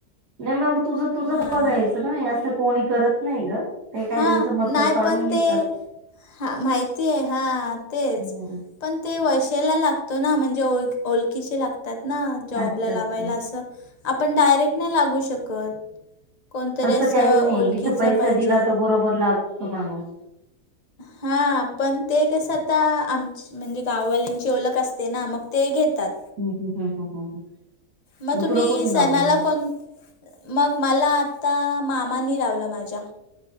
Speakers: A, on the right (about 85°); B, on the left (about 30°).
A: नाही मग तुझ तुझ बघायचना
B: हां
A: यात. असं कोणी करत नाही ग. ते काय
B: हा
A: त्यांचं मतलब
B: नाही
A: काढून
B: पण
A: घेतात
B: ते हा माहिती आहे हा तेच
A: हं.
B: पण ते वैशेला लागतो ना म्हणजे ओ ओलखचे लागते. ना जॉबला
A: अच्छा
B: लावायला
A: अच्छा.
B: असं आपण डायरेक्ट नाही लागू शकत. कोणतरी
A: असं काही नाही
B: ओळखीचं
A: जिथं पैसा
B: पाहिजे
A: दिला तर बरोबर लागतो माणूस
B: हा पण ते कस आता आमच. म्हणजे गाववाल्यांची ओळख असते ना मग ते घेतात.
A: हं, हं, हं, हं, हं, हं.
B: मग तुम्ही
A: तुला कोणी
B: सनाला
A: लावलं मग?
B: कोण? मग मला आत्ता मामानी लावलं माझ्या